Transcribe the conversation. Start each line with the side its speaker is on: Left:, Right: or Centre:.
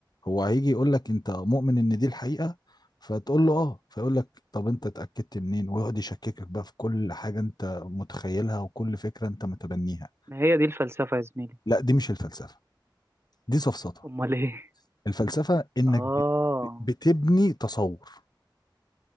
Left: هو هيجي يقول لك أنت مؤمن إن دي الحقيقة فتقول له آه فيقول لك طب أنت اتأكدت منين؟ ويقعد يشككك بقى في كل حاجة أنت متخيلها وكل فكرة أنت متبنيها
Right: هي دي الفلسفة يا زميلي
Left: لا دي مش الفلسفة دي سفسطة
Right: أمال إيه
Left: الفلسفة
Right: <laughs>
Left: إنك
Right: اه
Left: بت- بتبني تصور